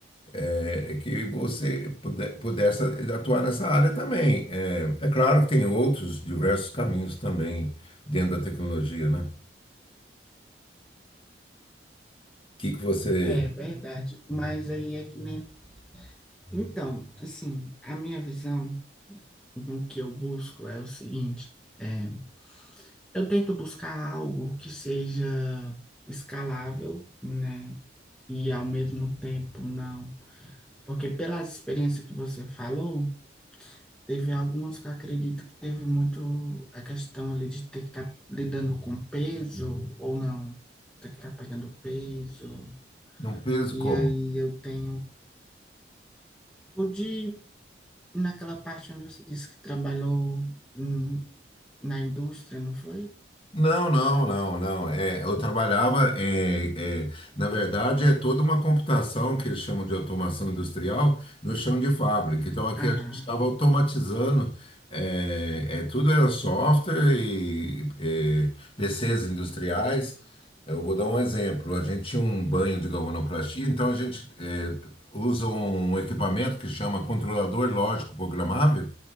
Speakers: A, on the left; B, in the centre.
A: é é que você pude- pudesse atuar nessa área também. É, é claro que tem outros diversos caminhos também dentro da tecnologia, né? O que que você...
B: É, é verdade. Mas aí é que, né? Então, assim, a minha visão do que eu busco é o seguinte, é, eu tento buscar algo que seja escalável, né? E ao mesmo tempo não Porque pela experiência que você falou, teve algumas que eu acredito que teve muito a questão ali de ter que estar lidando com peso ou não, ter que estar pegando peso.
A: Não peso
B: E
A: como?
B: aí eu tenho, tipo, de, naquela parte onde você disse que trabalhou hum, na indústria, não foi?
A: Não, não, não, não. É, eu trabalhava, é, é, na verdade, é toda uma computação que eles chamam de automação industrial no chão de fábrica. Então, aqui
B: Ah,
A: a gente estava automatizando, é, é, tudo era software e é, PCs industriais. Eu vou dar um exemplo. A gente tinha um banho de galvanoplastia, então a gente é, usa um equipamento que chama controlador lógico programável,